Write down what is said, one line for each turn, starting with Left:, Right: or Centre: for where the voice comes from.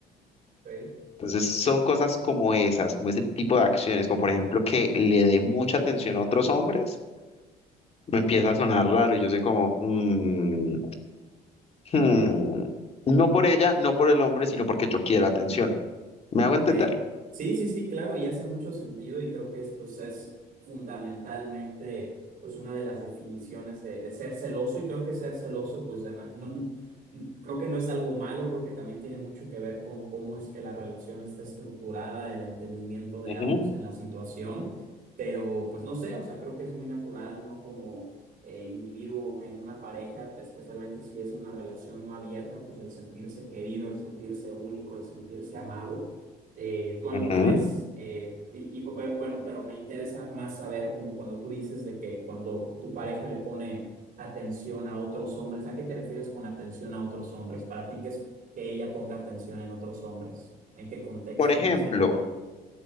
Right: ok.
Left: Entonces son cosas como esas, como ese tipo de acciones, como por ejemplo que le dé mucha atención a otros hombres, me empieza a sonar raro y yo soy como, "Mm, hmm". No por ella, no por el hombre, sino porque yo quiero atención. ¿Me hago entender?
Right: Ok. Sí, sí, sí, claro, y hace mucho sentido y creo que es, pues, es fundamentalmente pues, una de las definiciones de, de ser celoso y creo que ser celoso, pues de ma- no, n- n- creo que no es algo malo, creo que también tiene mucho que ver con cómo es que la relación está estructurada, el entendimiento de
Left: Ujú,
Right: ambos en la situación, pero pues no sé, o sea, creo que es muy natural uno como eh, individuo en una pareja, especialmente si es una relación no abierta, pues el sentirse querido, el sentirse único, el sentirse amado eh, tú alguna
Left: ujú.
Right: vez, eh, y, y- o pe- bueno, pero me interesa más saber como cuando tú dices de que cuando tu pareja le pone atención a otros hombres, ¿a qué te refieres con atención a otros hombres? Para ti, ¿qué es que ella ponga atención en otros hombres? ¿En qué contexto
Left: Por ejemplo,
Right: y nadie